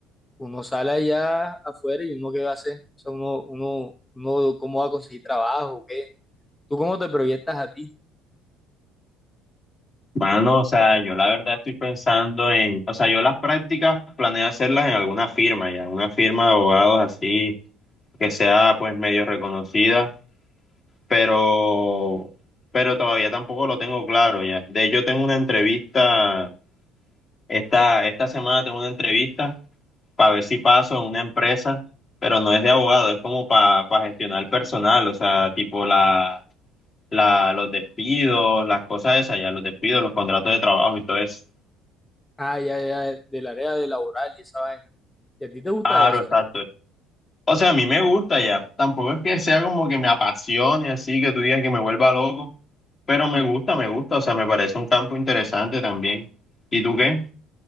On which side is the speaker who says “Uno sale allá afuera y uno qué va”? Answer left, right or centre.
Left